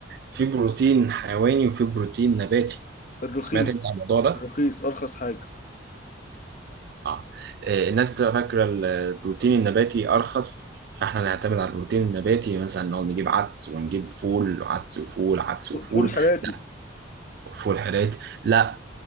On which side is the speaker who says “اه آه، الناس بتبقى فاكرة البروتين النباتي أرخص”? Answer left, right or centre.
Right